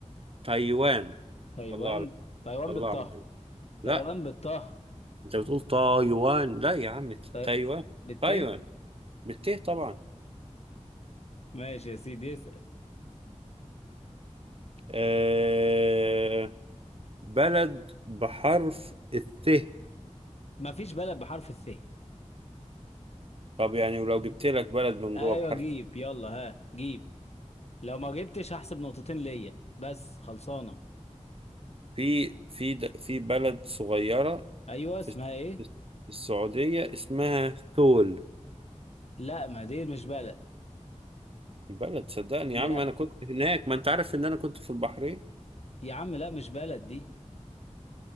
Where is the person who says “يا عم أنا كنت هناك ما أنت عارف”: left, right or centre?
Right